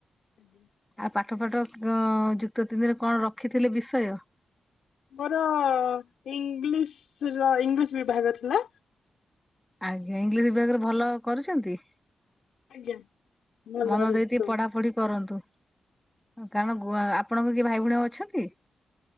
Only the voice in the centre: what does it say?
ଆଉ ପାଠଫାଠ ଅ-ଅ ଯୁକ୍ତ ତିନିରେ କଣ ରଖିଥିଲେ ବିଷୟ?
ଆଜ୍ଞା, ଇଂଲିଶ ବିଭାଗରେ ଭଲ କରୁଛନ୍ତି?
ମନ
ଦେଇ ଟିକେ
ପଢାପଢି କରନ୍ତୁ। କାରଣ ଗୋଆ, ଆପଣଙ୍କ କିଏ ଭାଇ ଭଉଣୀ ଆଉ ଅଛନ୍ତି?